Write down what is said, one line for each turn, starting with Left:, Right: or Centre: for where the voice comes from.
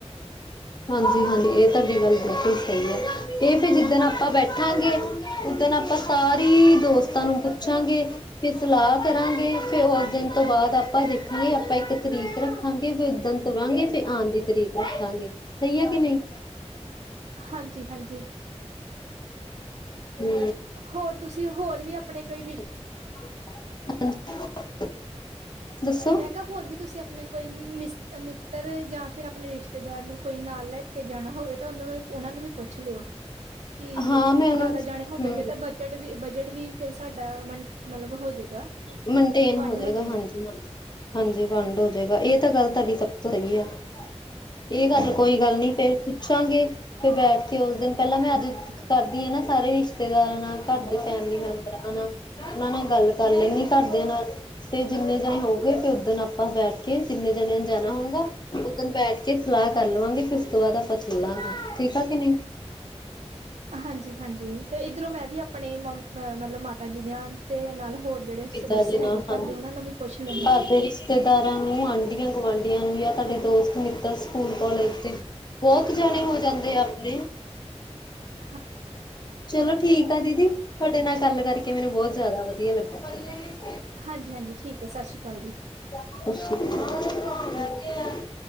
Left: ਹਾਂਜੀ-ਹਾਂਜੀ, ਏਹ ਤੁਹਾਡੀ ਗੱਲ ਬਿਲਕੁਲ ਸਹੀ ਹੈ। ਏਹ ਫੇਰ ਜਿੱਦਣ ਆਪਾਂ ਬੈਠਾਂਗੇ। ਓਦਨ ਆਪਾਂ ਸਾਰੀ, ਦੋਸਤਾਂ ਨੂੰ ਪੁੱਛਾਂਗੇ। ਫੇਰ ਸਲਾਹ ਕਰਾਂਗੇ, ਫੇਰ ਓਸ ਦਿਨ ਤੋਂ ਬਾਅਦ ਆਪਾਂ ਦੇਖਾਂਗੇ। ਆਪਾਂ ਇੱਕ ਤਰੀਕ ਰ ਰੱਖਾਂਗੇ। ਫੇਰ ਓਦਣ ਤੁਰਾਂਗੇ, ਫੇਰ ਆਂਣ ਦੀ ਤਰੀਕ ਰੱਖਾਂਗੇ ਸਹੀ ਹੈ। ਕਿ ਨਹੀਂ
Right: ਹਾਂਜੀ-ਹਾਂਜੀ।
Left: ਹੂੰ।
Right: ਹੋਰ, ਤੁਸੀਂ ਹੋਰ ਵੀ ਆਪਣੇ ਕਈ ਰਿਸ਼ਤੇ
Left: <inaudible> ਦੱਸੋ
Right: ਮੈਂ ਕਿਹਾ, ਹੋਰ ਵੀ ਤੁਸੀਂ ਆਪਣੇ ਕੋਈ ਮਿਸ ਮਿੱਤਰ ਜਾਂ ਫੇਰ ਆਪਣੇ ਰਿਸ਼ਤੇਦਾਰ ਨੂੰ ਕੋਈ ਨਾਲ ਲੈ ਕੇ ਜਾਣਾ ਹੋਵੇ, ਤਾਂ ਓਨੂੰ ਓਨਾਂ ਨੂੰ ਵੀ ਪੁੱਛ ਲੋ, ਕਿ
Left: ਹਾਂ ਮੈਂ ਉਹਨਾਂ
Right: ਜਿਆਦਾ
Left: ਨੂੰ
Right: ਜਾਣੇ ਹੋਵੇਗੇ।
Left: ਹਮ
Right: ਤਾਂ ਬਜਟ ਵੀ ਬਜਟ ਵੀ ਫਿਰ ਸਾਡਾ ਮਤਲਬ ਹੋ ਜਾਏਗਾ
Left: ਮੇਨਟੇਨ
Right: ਵੰਡ
Left: ਜਾਏਗਾ
Right: ਹੋ ਜਾਵੇਗੀ
Left: ਹਾਂਜੀ ਹਾਂਜੀ ਹਾਂਜੀ ਵੰਡ ਹੋ ਜਾਏਗਾ ਇਹ ਤਾਂ ਗੱਲ ਤੁਹਾਡੀ ਸਭ ਤੋਂ ਸਹੀ ਆ ਇਹ ਗੱਲ ਕੋਈ ਗੱਲ ਨੀ ਫੇਰ ਪੁੱਛਾਂਗੇ ਫੇਰ ਬੈਠ ਕੇ ਉਸ ਦਿਨ ਪਹਿਲਾਂ ਮੈਂ ਅੱਜ ਕਰਦੀ ਆ ਨਾ ਸਾਰੇ ਰਿਸ਼ਤੇਦਾਰਾਂ ਨਾਲ ਘਰ ਦੇ ਫੈਮਿਲੀ ਮੈਂਬਰਾਂ ਨਾਲ ਉਹ ਨੇ ਗੱਲ ਕਰ ਲੈਂਣੀ ਘਰਦਿਆਂ ਨਾਲ ਤੇ ਜਿੰਨੇ ਜਾਣੇ ਹੋ ਗਏ ਤੇ ਓ ਦਿਨ ਆਪਾਂ ਬੈਠ ਕਿੰਨੇ ਜਾਣੇਆਂ ਨੇ ਜਾਣਾ ਹੋਊਗਾ ਉੱਧਣ ਬੈਠ ਕੇ ਸਲਾਹ ਕਰ ਲਵਾਂਗੇ ਉਸ ਤੋਂ ਬਾਅਦ ਆਪਾਂ ਚੱਲਾਂਗੇ ਠੀਕ ਆ ਕਿ ਨਹੀਂ
Right: ਹਾਂਜੀ ਹਾਂਜੀ ਤੇ ਇੱਧਰੋਂ ਮੈਂ ਵੀ ਆਪਣੇ ਮਤਲਬ ਮਾਤਾ ਜੀ ਦੇ ਆਣ ਤੇ ਨਾਲ ਹੋਰ ਜਿਹੜੇ
Left: ਪਿਤਾ
Right: ਸਦਸ
Left: ਜੀ
Right: ਹੈਗੇ
Left: ਨਾਲ ਹਾਂਜੀ
Right: ਘਰ ਦੇ ਉਹ ਨੂੰ ਵੀ ਪੁੱਛ ਲੈਣ
Left: ਘਰ ਦੇ ਰਿਸ਼ਤੇਦਾਰਾਂ ਨੂੰ ਆਂਢੀਆਂ ਗੁਆਂਢੀਆਂ ਨੂੰ ਜਾਂ ਤੁਹਾਡੇ ਦੋਸਤ ਮਿੱਤਰ ਸਕੂਲ ਕਾਲਜ ਦੇ ਬਹੁਤ ਜਾਣੇ ਹੋ ਜਾਂਦੇ ਆ ਆਪਣੇ
Right: ਹਮ
Left: ਚਲੋ ਠੀਕ ਆ ਦੀਦੀ ਤੁਹਾਡੇ ਨਾਲ ਗੱਲ ਕਰਕੇ ਮੈਨੂੰ ਬਹੁਤ ਜ਼ਿਆਦਾ ਵਧੀਆ ਲੱਗਾ। ਪੱਲੇ ਵੀ
Right: ਹਾਂਜੀ ਹਾਂਜੀ ਠੀਕ ਹੈ ਸਤਿ ਸ਼੍ਰੀ ਅਕਾਲ ਜੀ
Left: ਅੱਛਾ <unintelligible>